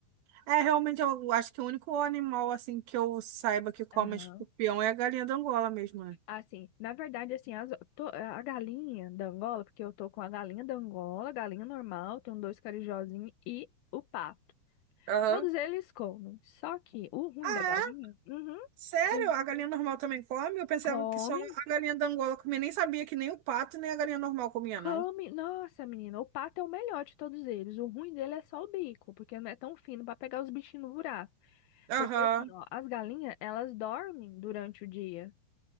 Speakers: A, on the right; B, on the left.
A: É, realmente, eu acho que o único animal, assim, que eu saiba que come
B: Aham.
A: escorpião é a galinha de Angola mesmo, né?
B: Assim, na verdade, assim, as, to- a galinha da Angola, porque eu tô com a galinha da Angola, a galinha normal, tenho dois carijozinhos e o pato.
A: Aham.
B: Todos eles comem. Só que o ruim
A: Ah,
B: da galinha,
A: é?
B: uhum,
A: Sério?
B: o-
A: A galinha normal também come? Eu pensava
B: come.
A: que só a galinha da Angola comia. Nem sabia que nem o pato nem a galinha normal comia,
B: Come,
A: não.
B: nossa, menina, o pato é o melhor de todos eles. O ruim dele é só o bico, porque não é tão fino para pegar os bichinhos no buraco.
A: Aham.
B: Porque assim, ó, as galinhas, elas dormem durante o dia.